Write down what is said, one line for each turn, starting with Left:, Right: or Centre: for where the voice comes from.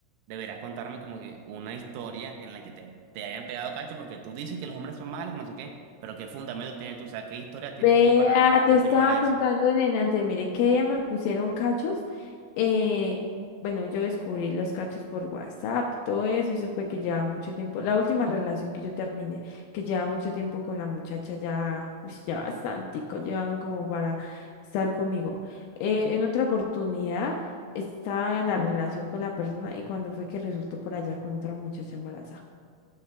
Right: deberás contarme como que una historia en la que te, te hayan pegado cacho, porque tú dices que los hombres son malos, no sé qué, pero ¿qué fundamento tienes tú? O sea, ¿qué historia tienes
Left: Vea,
Right: tú para confirmar
Left: te estaba
Right: eso?
Left: contando, nena, antes, mire que ella me pusieron cachos. eh, bueno, yo descubrí los cachos por WhatsApp, y todo eso, y supe que llevaba mucho tiempo. La última relación que yo terminé, que llevaba mucho tiempo con la muchacha, ya, pues ya bastantico, llevaban como para estar conmigo. Eh, en otra oportunidad estaba en la relación con la persona y cuando fue que resultó por allá con otra muchacha embarazada.